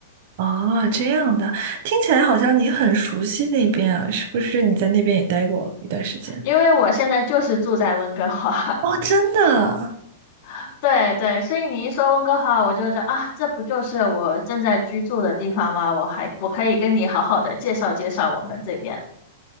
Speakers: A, on the right (about 45°); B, on the left (about 40°).
A: 哦，这样的，听起来好像你很熟悉那边啊，是不是？你在那边也待过一段时间？
B: 因为我现在就是住在温哥华，
A: 哦，真的。
B: <laughs> 对对，所以你一说温哥华，我就觉得啊，这不就是我正在居住的地方吗？我还我可以跟你好好的介绍介绍我们这边。